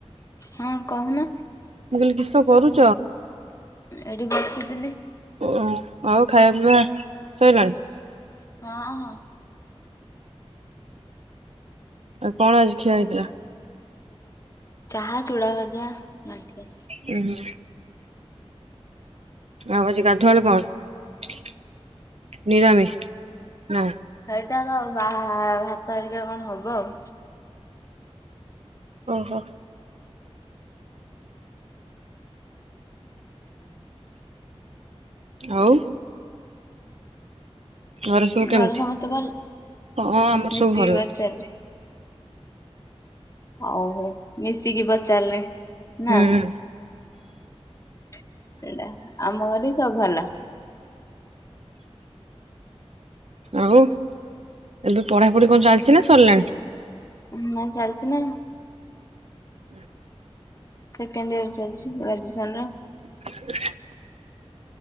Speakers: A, on the left; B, on the right.
A: ହଁ କହୁନ।
B: ମୁଁ କହିଲି କିଷ କରୁ
A: ଏଇଠି ବସିଥିଲି।
B: ଓ ଅଁ। ଆଉ ଖାଇବା ପିଇବା ସଇଲାଣି?
A: ହଁ ହଁ।
B: ଆଉ କଣ ଆଜି ଖିଆ ହେଇଥିଲା?
A: ଚାହା ଚୁଡ଼ା ଭଜା। ନାଠିଆ।
B: ଉୁଁ ହୁଁ ଆଉ ଆଜି ଗାଧୁଆଳୁ କଣ? ନିରାମି ହଁ।
A: ଏଟା ତ ବା ଭାତ ଆରିକ କଣ ହବ ଆଉ
B: ଓହୋ। ଆଉ। ଘର ସବୁ କେମିତି
A: ଘରେ ସମସ୍ତେ ଭଲ
B: ହଁ ଆମର
A: ମିଶିକି
B: ସବୁ ଭଲ
A: ପଚାରିଲେ ଆଉ ମିେସି କି ବ ଚାରେ
B: ହୁଁ
A: ନା ସେଟା ଆମ ଘରେ ବି ସବୁ ଭଲ।
B: ଆଉ ଏବେ ପଢାପଢି କଣ ଚାଲିଛି ନା ସରିଲଣି
A: ନା ଚାଲିଛି ନା
B: ହୁଁ।
A: ସେକେଣ୍ଡ ଇର ଚାଲିଛି ଗ୍ରାଜୁଏସନ ର
B: <inaudible>